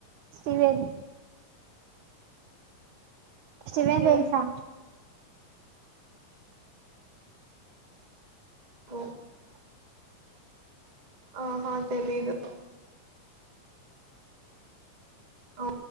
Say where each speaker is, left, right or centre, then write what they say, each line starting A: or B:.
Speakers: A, on the right; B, on the right.
A: స్టీవెన్ శివే
B: ఓకే
A: తెలుసా
B: కో ఆహా తెలిదు ఆ